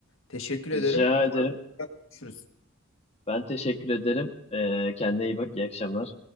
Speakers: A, on the left; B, on the left.
A: Teşekkür ederim.
B: Rica
A: Umarım
B: ederim.
A: görüşürüz.
B: Ben teşekkür ederim. E, kendine iyi bak. İyi akşamlar.